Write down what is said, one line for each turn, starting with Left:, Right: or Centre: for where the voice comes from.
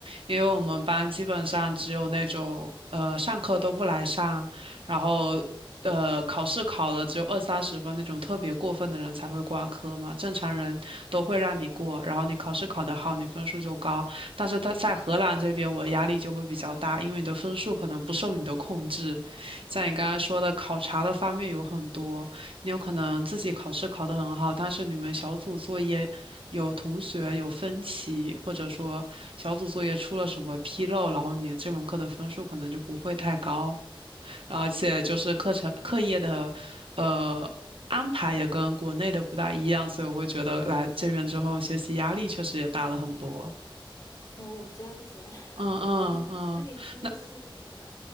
Right: 因为我们班基本上只有那种呃上课都不来上，然后呃考试考了只有二三十分那种特别过分的人才会挂科嘛，正常人都会让你过，然后你考试考得好，你分数就高。但是他在荷兰这边，我压力就会比较大，因为你的分数可能不受你的控制。像你刚才说的考察的方面有很多，你有可能自己考试考得很好，但是你们小组作业有同学有分歧，或者说小组作业出了什么纰漏，然后你这门课的分数可能就不会太高。而且就是课程课业的呃安排也跟国内的不大一样，所以我会觉得来这边之后学习压力确实也大了很多。
Left: 哦，这样子啊。<laughs>
Right: 嗯嗯嗯，
Left: 嗯，那你现在适应了吗？
Right: 那